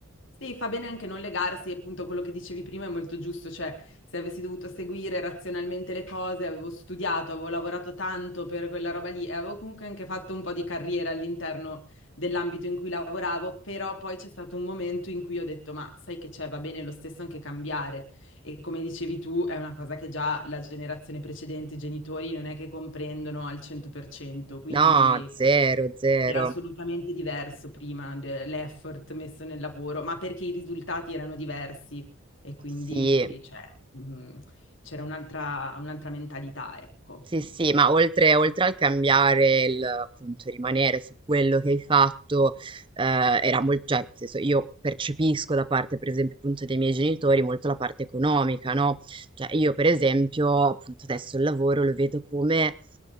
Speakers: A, on the left; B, on the right.
A: Sì, fa bene anche non legarsi, e appunto quello che dicevi prima è molto giusto, cioè se avessi dovuto seguire razionalmente le cose, avevo studiato, avevo lavorato tanto per quella roba lì e avevo comunque anche fatto un po' di carriera all'interno dell'ambito in cui lavoravo, però poi c'è stato un momento in cui ho detto, ma sai che c'è, va bene lo stesso anche cambiare e come dicevi tu è una cosa che già la generazione precedente, i genitori non è che comprendono al 100%, quindi...
B: No, zero, zero.
A: Era assolutamente diverso prima de- l'effort messo nel lavoro, ma perché i risultati erano diversi e quindi
B: Sì,
A: cioè, mh, c'era un'altra un'altra mentalità, ecco.
B: sì,
A: Quindi,
B: sì, ma oltre, oltre al cambiare, il, appunto, rimanere su quello che hai fatto, eh, era molto, cioè, nel senso, io percepisco da parte, per esempio, appunto, dei miei genitori molto la parte economica, no? Cioè, io, per esempio, appunto, adesso il lavoro lo vedo come